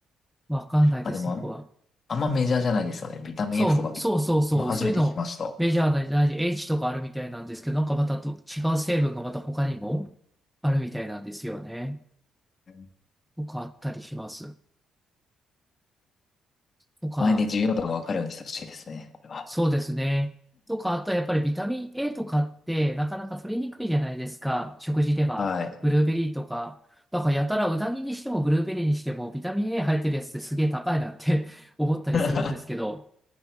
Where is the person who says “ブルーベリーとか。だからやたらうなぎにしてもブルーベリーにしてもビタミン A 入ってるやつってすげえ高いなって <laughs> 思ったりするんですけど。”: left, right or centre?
Centre